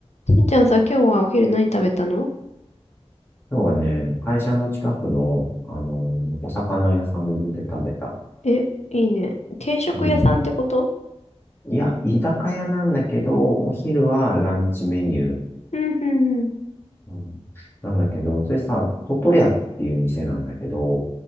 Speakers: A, on the left; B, on the left.
A: しんちゃんさ、今日はお昼何食べたの
B: 今日はね、会社の近くの、あのーお魚屋さんで食べた。
A: え、いいね。定食屋さんってこと
B: うん。いや、居酒屋なんだけど、お昼はランチメニュー。
A: うん、うん、うん。
B: うん、なんだけど、それさ、トトヤっていう店なんだけど、